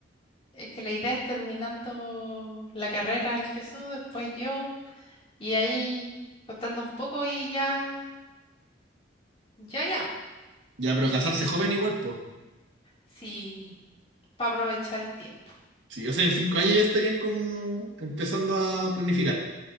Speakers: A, on the left; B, on the right.
A: Es que la idea es terminando la carrera del Jesús, después yo, y ahí contando un poco y ya, ya, ya.
B: Ya, pero casarse joven igual, pues.
A: Sí. para aprovechar el tiempo.
B: Sí, o sea, en cinco años ya estarían como empezando a planificar.